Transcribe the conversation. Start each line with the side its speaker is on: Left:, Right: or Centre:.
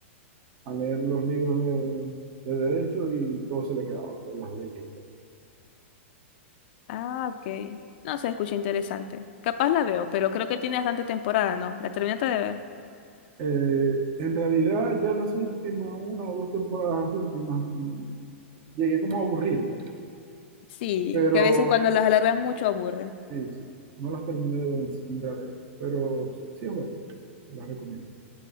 Right: a leer los libros de, de derecho y todo se le quedaba, todas las leyes.
Left: Ah, ok. No se escucha interesante. Capaz la veo, pero creo que tiene bastante temporada, ¿no? ¿La terminaste de ver?
Right: Eh, en realidad, ya las últimas, una o dos temporadas últimas, mm, llegué como a aburrirme,
Left: Sí,
Right: pero
Left: que a veces cuando las alargan mucho aburre.
Right: sí, sí, no las terminé de ver en realidad, pero sí es bueno, las recomiendo.